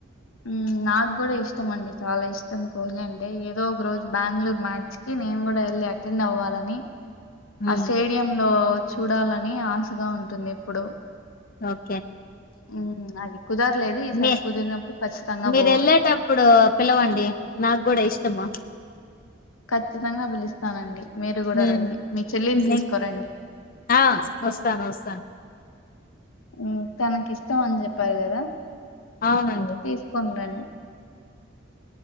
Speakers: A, on the left; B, on the left.
A: మ్ నాకు కూడా ఇష్టమండి చాలా ఇష్ ష్టం కోహి అంటే ఏదో ఒక రోజు బెంగళూరు మ్యాచ్ కి నేను కూడా వెళ్ళి అటెండ్ అవ్వాలని
B: ఉమ్
A: ఆ స్టేడియ లో చూడాలని ఆశగా ఉంటుంది ఎప్పుడు
B: ఓకే
A: మ్మ్ అది కుదరలేదు ఈసారి
B: మీ
A: కుదిరినప్పుడు ఖచ్చితంగా
B: మీరేళ్ళేటప్పుడు
A: పోవాలి
B: పిలవండి నాకు కూడా ఇష్టము
A: ఖచ్చితంగా పిలుస్తానండి మీరు కూడా
B: ఉమ్
A: రండి మీ చెల్లిని తీసుకో
B: నే-
A: రండి
B: ఆ ఒస్తానోస్
A: మ్ తనకిష్ ఇష్టం అని చెప్పారు కదా
B: అవునండి
A: తీసుకొని రండి